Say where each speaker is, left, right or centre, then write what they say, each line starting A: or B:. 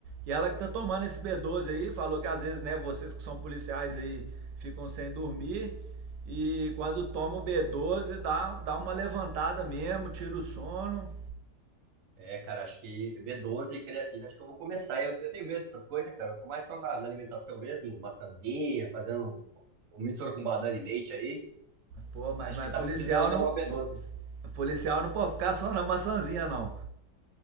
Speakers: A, on the right (about 85°); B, on the right (about 55°).
A: E ela que tá tomando esse B12 aí, falou que às vezes, né, vocês que são policiais aí ficam sem dormir e quando toma o B12 dá, dá uma levantada mesmo, tira o sono.
B: É, cara, acho que B12 e creatina, acho que eu vou começar. Eu, eu tenho medo dessas coisas, cara. Eu tô mais só na, na alimentação mesmo, maçãzinha, fazendo um- mistura com banana e leite aí,
A: Pô,
B: mas
A: mas,
B: acho
A: mas
B: que tá
A: policial
B: precisando tomar
A: não.
B: uma B12.
A: po- Policial não pode ficar só na maçãzinha, não.